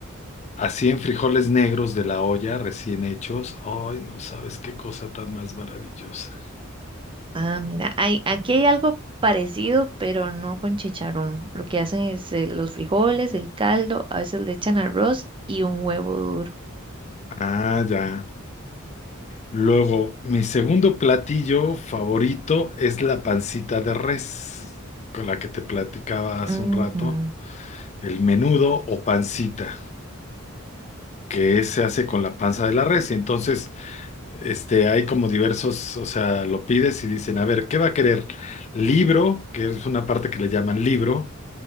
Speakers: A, on the left; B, on the right.
A: así en frijoles negros de la olla, recién hechos. Ay, no sabes qué cosa tan más maravillosa.
B: ah, mira, hay, aquí hay algo parecido, pero no con chicharrón. Lo que hacen es eh, los frijoles, el caldo, a veces le echan arroz y un huevo duro.
A: Ah, ya. Luego, mi segundo platillo favorito es la pancita de res, con la que te platicaba hace
B: Ujú.
A: un rato, el menudo o pancita, que se hace con la panza de la res. Y entonces, este, hay como diversos, o sea, lo pides y dicen, a ver, ¿qué va a querer? Libro, que es una parte que le llaman libro,